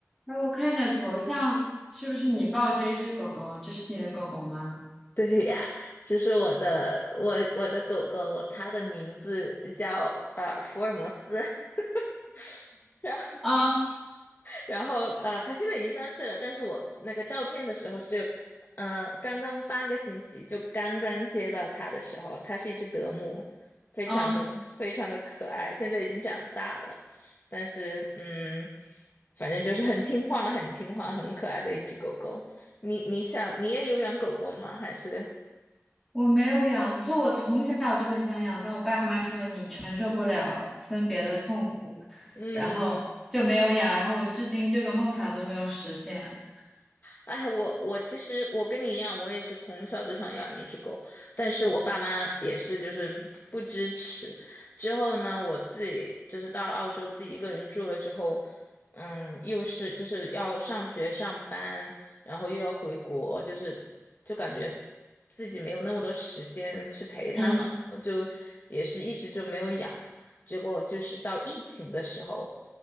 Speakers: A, in the centre; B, on the left (about 45°).
A: 哎，我看你的头像是不是你抱着一只狗狗？这是你的狗狗吗？
B: <laughs> 对呀，就是我的我我的狗狗，它的名字叫呃福尔摩斯，<laughs> 然后
A: 啊
B: 然后呃它现在已经三岁了，但是我那个照片的时候是，呃刚刚八个星期就刚刚接到它的时候，它是一只德牧，非常的非常的可爱，
A: 啊，
B: 现在已经长大了，但是嗯，反正就是很听话很听话很可爱的一只狗狗。你你想你也有养狗狗吗？还是
A: 我没有养，这我从小就很想养，但我爸妈说你承受不了分别的痛苦，
B: 嗯？
A: 然后就没有养，然后我至今这个梦想都没有实现。
B: 哎，我我其实我跟你一样，我也是从小就想养一只狗，但是我爸妈也是就是不支持。之后呢，我自己就是到了澳洲自己一个人住了之后，嗯，又是就是要上学上班，然后又要回国，就是就感觉自己没有那么多时间去陪它嘛，
A: 嗯
B: 我就也是一直就没有养。结果就是到疫情的时候。